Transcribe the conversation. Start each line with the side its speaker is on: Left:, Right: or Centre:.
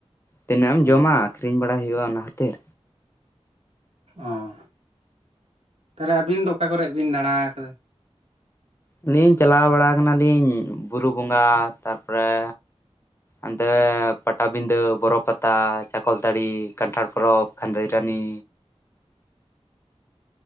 Left: ᱛᱤᱱᱟᱹᱜ ᱮᱢ
Right: ᱚ
Left: ᱡᱚᱢᱟ ᱟᱹᱠᱷᱨᱤᱧ ᱵᱟᱲᱟ ᱦᱩᱭᱩᱜᱼᱟ, ᱚᱱᱟ ᱠᱷᱟᱹᱛᱤᱨ᱾
Right: ᱚᱸᱻ ᱛᱟᱦᱚᱞᱮ ᱟᱹᱵᱤᱱ ᱫᱚ ᱚᱠᱟ ᱠᱚᱨᱮ ᱵᱤᱱ ᱫᱟᱬᱟ ᱟᱠᱟᱫᱟ?
Left: ᱟᱹᱞᱤᱧ ᱪᱟᱞᱟᱣ ᱵᱟᱲᱟ ᱟᱠᱟᱱ ᱟᱞᱤᱧ ᱵᱩᱨᱩ ᱵᱚᱸᱜᱟ ᱛᱟᱨᱯᱚᱨᱮ ᱚᱱᱛᱮ ᱯᱟᱴᱟᱵᱤᱸᱫᱟᱹ, ᱵᱚᱨᱚ ᱯᱟᱛᱟ, ᱪᱟᱠᱚᱞ ᱛᱟᱹᱲᱤ, ᱠᱟᱱᱴᱷᱟᱲ ᱯᱚᱨᱚᱵᱽ, ᱠᱷᱟᱱᱫᱚᱭ ᱨᱟᱱᱤ᱾